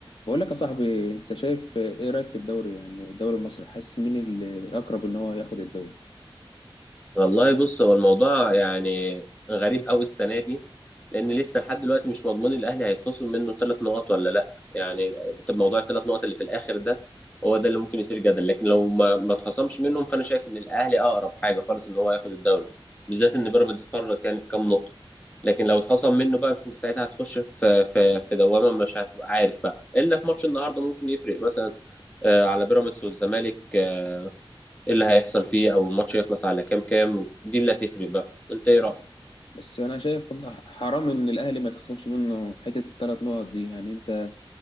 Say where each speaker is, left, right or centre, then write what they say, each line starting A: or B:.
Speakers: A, on the left (about 65°); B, on the left (about 20°).
A: بقول لك يا صاحبي انت شايف ايه رايك في الدوري يعني الدوري المصري حاسس مين ال- الاقرب ان هو ياخد الدوري
B: والله بص هو الموضوع يعني غريب قوي السنه دي لان لسه لحد دلوقتي مش مضمون الاهلي هيتخصم منه ثلاث نقط ولا لا يعني انت موضوع الثلاث نقط اللي في الاخر ده هو ده اللي ممكن يثير جدل لكن لو ما ما اتخصمش منهم فانا شايف ان الاهلي اقرب حاجه خالص ان هو ياخد الدوري بالذات ان بيراميدز فرط يعني في كام نقطه لكن لو اتخصم منه بقى فانت ساعتها هتخش في في في دوامه مش هتبقى عارف بقى الا في ماتش النهارده ممكن يفرق مثلا آه، على بيراميدز والزمالك آه، ايه اللي هيحصل فيه او الماتش هيخلص على كام كام دي اللي هتفرق بقى انت ايه رأيك
A: بس انا شايف والله حرام ان الاهلي ما يتخصمش منه حته الثلاث نقط دي يعني انت